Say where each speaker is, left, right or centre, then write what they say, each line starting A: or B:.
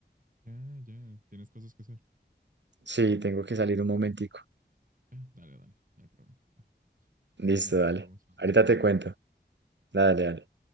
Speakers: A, on the right; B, on the right.
A: Ya, ya, tienes cosas que hacer.
B: Sí, tengo que salir un momentico.
A: Ya, dale, dale, no hay problema. Va.
B: Listo,
A: Ahí
B: dale.
A: hablamos. al
B: Ahorita
A: rato. ¿Sí?
B: te cuento. Dale, dale.